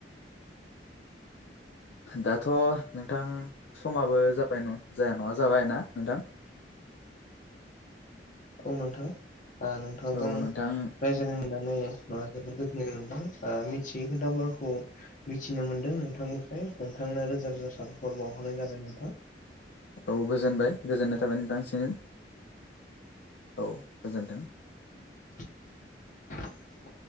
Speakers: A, on the left; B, on the left.
A: दाथ' नोंथां समाबो जा बाय जाया नङा जाबाय ना नोंथां
B: औ नोंथां ओ नोंथांजों
A: औ नोंथां
B: रायज्लायनानै जोबोर गोजोननाय मोनदों मिथियै खोन्थफोरखौ मिथिनो मोनदों नोंथांनिफ्राय नोंथांनो रोजा रोजा साबायखर बावहरनाय जाबाय नोंथां
A: औ गोजोनबाय गोजोननाय थाबाय नोंथांनिसिम औ गोजोन्थों
B: <inaudible>